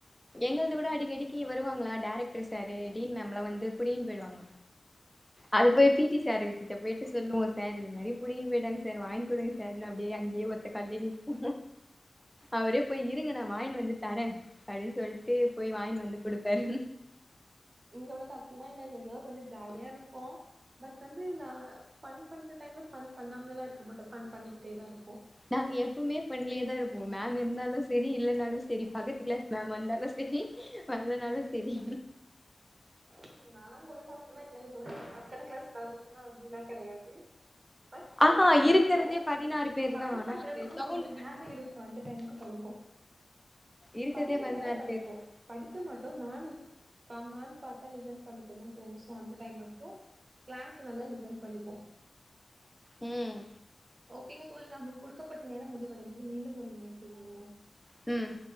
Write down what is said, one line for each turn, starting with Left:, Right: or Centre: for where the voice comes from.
Centre: எங்கள்து கூட அடிக்கடிக்கு வருவாங்களா டேரக்டர் சாரு டீன் மேம் லா வந்து புடிங்கினு போயிடுவாங்க அது போய் பி டி சார் கிட்ட போயிட்டு சொல்லுவோ சார் இது மாரி புடிங்கிட்டு போயிட்டாங்க சார் வாங்கி குடுங்க சார்னு அப்படியே அங்கேயே ஒத்த கால்லேயே நிப்போ, அவரே போய் இருங்க நா வாங்கிட்டு வந்து தரே அப்டின்னு சொல்லிட்டு போய் வாங்கினு வந்து குடுப்பாரு
Right: இங்க வந்து அப்டில்லா இல்ல ஏதோ கொஞ்சோ ஜாலியா இருப்போ பட் வந்து நா ஃபன் பண்ற டைம்ல ஃபன் பண்ணாமல்லா இருக்க மாட்டோ ஃபன் பண்ணிக்கிட்டே தா இருப்போ
Centre: நாங்க எப்பவுமே ஃபன்லயே தா இருப்போ மேம் இருந்தாலு சேரி இல்லைனாலும் சேரி பக்கத்து கிளாஸ் மேம் வந்தாலு சேரி சேரி வர்லனாலு சேரி
Right: ம் நாங்க வந்து அப்டில்லா இல்லங்க தோழி, பக்கத்து கிளாஸ் மேம்க்குல்லா அப்படிலா கெடையாது பட் ஃபன்
Centre: ஆஹா
Right: பண்ணுவோ
Centre: இருக்கிறதே பதினாறு பேர்
Right: ஃபன்
Centre: தா ஆனா
Right: பண்றதுக்கு
Centre: அது சவுண்ட்
Right: கொஞ்ச நேரம் இருக்கு அந்த டைமுக்கு பண்ணிப்போ
Centre: இருக்கறதே
Right: படிக்கிற
Centre: பதினாறு
Right: நேரம் படிப்போ
Centre: பேர்
Right: படிக்க மாட்டோ மேம் சம் மேம் பாத்தா லிசன் பண்ணிக்கணுனு தோணு சோ அந்த டைம் மட்டு கிளாஸ் நல்லா லிசன் பண்ணிப்போ
Centre: ம்
Right: ஓகேங்க தோழி நம்மளுக்கு குடுக்கப்பட்ட நேரம் முடிவடைந்தது மீண்டும் ஒரு இணைப்பில் இணைவோம்
Centre: ம்